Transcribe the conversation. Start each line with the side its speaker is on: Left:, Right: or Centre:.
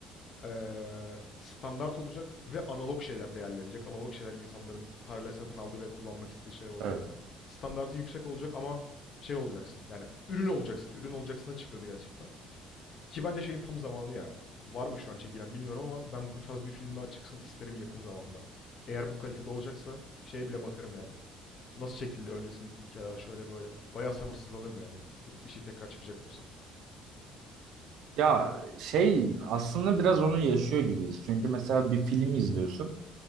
Left: eee, standart olacak ve analog şeyler değerlenecek. Analog şeyler insanların parayla satın aldığı ve kullanmak istediği şeyler olacak.
Right: Evet.
Left: Standartın yüksek olacak ama şey olacaksın. Yani ürün olacaksın. Ürün olacaksına çıkıyordu gerçekten. Ki bence şeyin tam zamanı ya. Var mı şu an çekilen bilmiyorum ama ben bu tarz bir film daha çıksın isterim yakın zamanda. Eğer bu kalitede olacaksa şeye bile bakarım yani. Nasıl çekildi öncesindeki hikayeler şöyle böyle. Bayağı sabırsızlanırım yani. Bu tip bir şey tekrar çıkacak olsa.
Right: Ya şey aslında biraz onu yaşıyor gibiyiz. Çünkü mesela bir film izliyorsun.